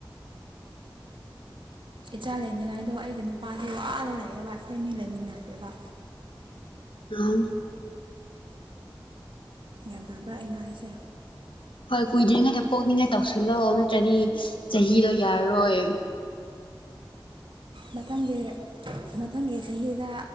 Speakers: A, on the right; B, on the left.
A: ꯏꯆꯥ ꯂꯩꯅꯤꯡꯉꯥꯏꯗꯣ ꯑꯩꯒꯤ ꯅꯨꯄꯥꯗꯨ ꯋꯥꯅ ꯂꯩꯌꯦꯕ ꯑꯩꯈꯣꯏꯅꯤ ꯂꯩꯃꯤꯟꯅꯗꯦꯕ
B: ꯑꯝ
A: ꯒ꯭ꯌꯥꯟ ꯇꯥꯕ꯭ꯔꯥꯏꯅ ꯍꯥꯏꯁꯦ
B: ꯍꯣꯏ ꯀꯨꯏꯗ꯭ꯔꯤꯉꯩꯗ ꯄꯣꯛꯅꯤꯡꯉꯩ ꯇꯧꯁꯤꯜꯂꯣ ꯅꯠꯇ꯭ꯔꯗꯤ ꯆꯍꯤꯗꯣ ꯌꯥꯔꯔꯣꯏ
A: ꯃꯊꯪꯒꯤ ꯃꯊꯪꯒꯤ ꯆꯍꯤꯗ